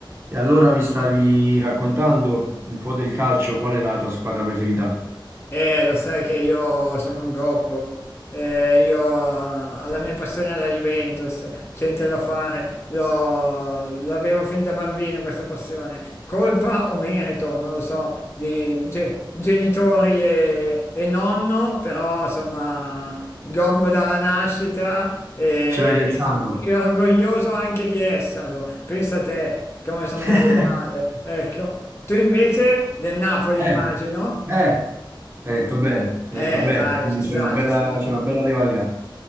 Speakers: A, on the right; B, on the left.
A: E allora mi stavi raccontando un po' del calcio, qual è la tua squadra preferita?
B: Eh, lo sai che io sono un gobbo. Eh, io ho la mia passione alla Juventus, c'è niente da fare, L'ho- l'avevo fin da bambino questa passione. Colpa o merito, non lo so, di ge- genitori e, e nonno, però insomma, gobbo dalla nascita e,
A: Ce l'hai nel sangue.
B: e orgoglioso anche di esserlo. Pensa a te come sono
A: <laughs>
B: messo male, ecco. Tu invece del Napoli,
A: Eh,
B: immagino.
A: eh, hai detto bene,
B: Eh
A: hai detto bene.
B: dai,
A: Quindi
B: ci sta,
A: C'è una bella,
B: ci sta.
A: c'è una bella rivalità.